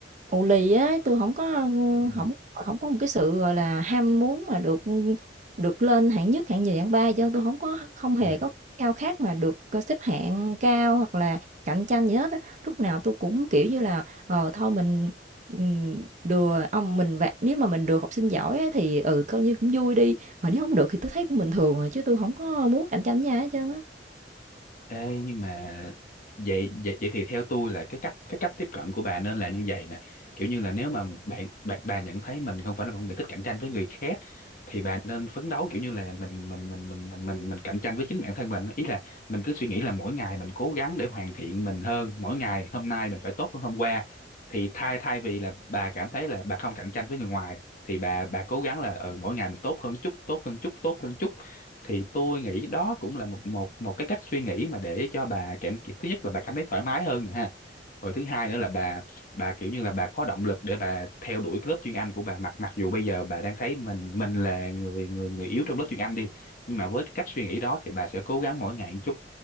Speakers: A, on the right (about 45°); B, on the left (about 50°).
A: Ù lì á, tôi không có,
B: Ừ.
A: không không có một cái sự, gọi là, ham muốn mà được, được lên hạng nhất, hạng nhì, hạng ba cho nên tôi không có không hề
B: Ừ.
A: có khao khát mà được, ơ, xếp hạng cao hoặc là cạnh tranh gì hết á. Lúc nào tôi cũng, kiểu như là, ờ, thôi mình, ừm, đừa ông mình vẽ, nếu mà mình được học sinh giỏi á thì, ừ, coi như cũng vui đi, mà nếu không được thì tôi thấy cũng bình thường à, chứ tôi không có muốn cạnh tranh với ai hết trơn á.
B: Ê, nhưng mà vậy, vậy vậy thì theo tôi là cái cách cái cách tiếp cận của bà nên là như vậy nè kiểu như là nếu mà bạn bạn bà nhận thấy mình không phải là một người thích cạnh tranh với người khác thì bà nên phấn đấu kiểu như là mình mình mình mình mình mình, mình cạnh tranh với chính bản thân mình ý là mình cứ suy nghĩ là mỗi ngày mình cố gắng để hoàn thiện mình hơn mỗi ngày hôm nay mình phải tốt hơn hôm qua thì thay thay vì là bà cảm thấy là bà không cạnh tranh với người ngoài thì bà bà cố gắng là ừ mỗi ngày mình tốt hơn chút tốt hơn chút tốt hơn chút thì tôi nghĩ đó cũng là một một một cái cách suy nghĩ mà để cho bà cảm thứ nhất là bà cảm thấy thoải mái hơn nè ha rồi thứ hai nữa là bà bà kiểu như là bà có động lực để bà theo đuổi cái lớp chuyên Anh của bà mặc mặc dù bây giờ bà đang thấy mình mình là người người người yếu trong lớp chuyên Anh đi nhưng mà với cái cách suy nghĩ đó thì bà sẽ cố gắng mỗi ngày một chút